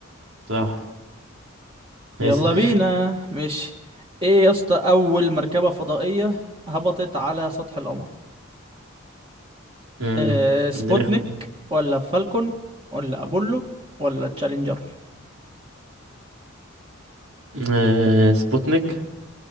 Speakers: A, on the right (about 85°); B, on the right (about 25°).
A: صح
B: يلا
A: اسأل
B: بينا مش ايه يا اسطى اول مركبة فضائية هبطت على سطح القمر
A: مم.
B: أه سبوتنيك
A: اديني اختيار
B: ولا فالكون ولا ابولو ولا تشالنجر
A: آه... سبوتنيك